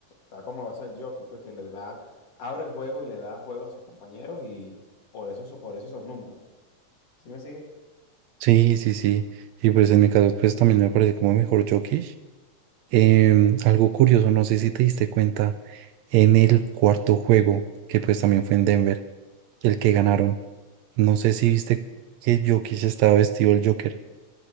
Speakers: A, on the left (about 55°); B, on the right (about 75°).
A: tal como lo hace el Jokic, pues que le da, abre el juego y le da juego a sus compañeros y por eso, por eso esos números. ¿Sí me sigue
B: sí, sí, sí. Y pues en mi caso, pues también me parece como mejor Jokic. Em, algo curioso, no sé si te diste cuenta, en el cuarto juego, que pues también fue en Denver, el que ganaron. No sé si viste que Jokic estaba vestido el Joker,